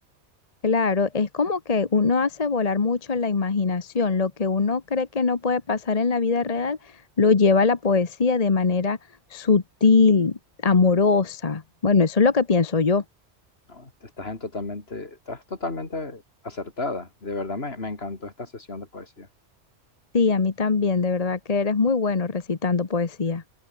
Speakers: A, on the left; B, on the left.
A: Claro, es como que uno hace volar mucho la imaginación, lo que uno cree que no puede pasar en la vida real, lo lleva a la poesía de manera sutil, amorosa. Bueno, eso es lo que pienso yo.
B: ¿no? Estás en totalmente, estás totalmente acertada. De verdad me, me encantó esta sesión de poesía.
A: Sí, a mí también, de verdad que eres muy bueno recitando poesía.